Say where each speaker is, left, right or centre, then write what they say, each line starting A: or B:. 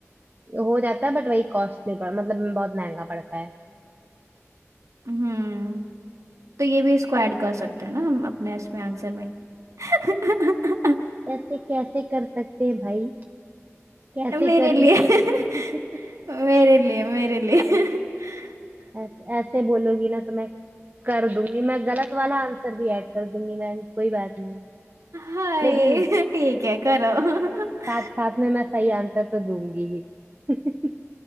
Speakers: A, on the right; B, on the right.
A: हो जाता है बट वही कॉस्टली पड़ मतलब बहुत महंगा पड़ता है
B: हम्म तो ये भी इसको ऐड कर सकते हैं ना हम अपने इसमें आंसर में <laughs>
A: ऐसे कैसे कर सकते हैं भाई कैसे
B: मेरे
A: कर
B: लिए
A: लेंगे
B: <laughs>
A: <laughs>
B: मेरे लिए मेरे लिए <laughs>
A: ऐसे, ऐसे बोलोगी ना तो मैं कर दूंगी मैं गलत वाला आंसर भी ऐड कर दूंगी मैं कोई बात नहीं
B: हाय
A: लेकिन
B: ठीक है करो <laughs>
A: साथ साथ में मैं सही आंसर तो दूंगी ही <laughs>